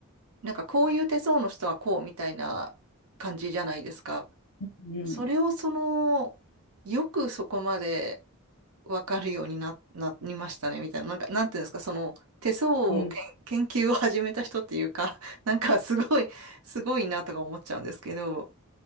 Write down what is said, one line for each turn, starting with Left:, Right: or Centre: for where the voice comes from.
Right: なんかこういう手相の人はこうみたいな感じじゃないですか。
Left: うん。
Right: それをその、よくそこまでわかるようにな、なりましたね、みたいな。なんか、なんていうんですか、その、手相をけん研究を始めた人っていうか、
Left: うん。
Right: <laughs> なんかすごい、すごいなとか思っちゃうんですけど。